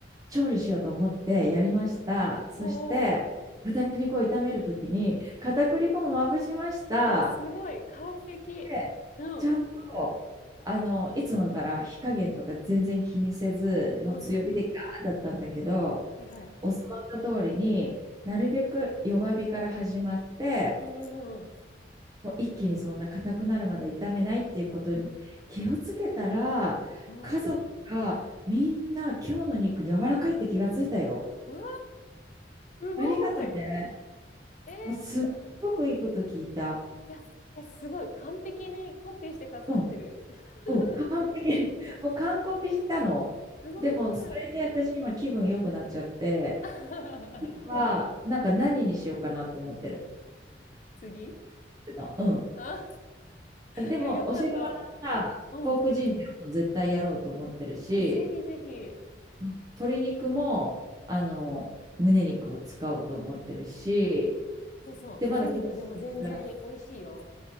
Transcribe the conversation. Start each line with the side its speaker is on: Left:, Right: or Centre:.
Right: 調理しようと思ってやりました。そして、
Left: おうおうおう。
Right: 豚肉を炒める時に片栗粉もまぶしました。
Left: わ、すごい。完璧。
Right: で、
Left: うん。
Right: ちゃんと、あの、いつもなら火加減とか全然気にせず、もう強火でガーだったんだけど、
Left: うんうん。はいはい。
Right: 教わった通りになるべく弱火から始まって、
Left: うんうんうん。
Right: もう一気にそんな硬くなるまで炒めないっていうことに気をつけたら、
Left: おう。
Right: 家族がみんな今日の肉柔らかいって気がついたよ。
Left: わー、すごい。
Right: ありがとうね。
Left: えー。
Right: もうすっごくいいこと聞いた。
Left: いや、え、すごい。完璧にコピーしてくださってる。
Right: うん
Left: <laughs>
Right: うん、完璧。<laughs> もう完コピしたの。
Left: すごいじゃん。
Right: でも、それで私今気分良くなっちゃって、
Left: <laughs>
Right: は、なんか何にしようかなと思ってる
Left: 次
Right: う
Left: あ、
Right: ん。でも、
Left: いや、よかった。
Right: 教えてもらったポークジンジャーも絶対やろうと思ってるし、
Left: うん。あ、ぜひぜひ。
Right: うん鶏肉も、あの、胸肉を使おうと思ってるし、
Left: そうそう。
Right: で、まだちょっと辛い、
Left: 胸肉でも全然美味しいよ。